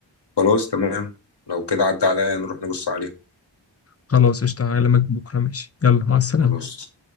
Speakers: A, on the left; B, on the left.
A: خلاص تمام لو كده عدى عليا نروح نبص عليه
B: خلاص قشطة هكلمك بكرة ماشي يلا مع السلامة
A: خلاص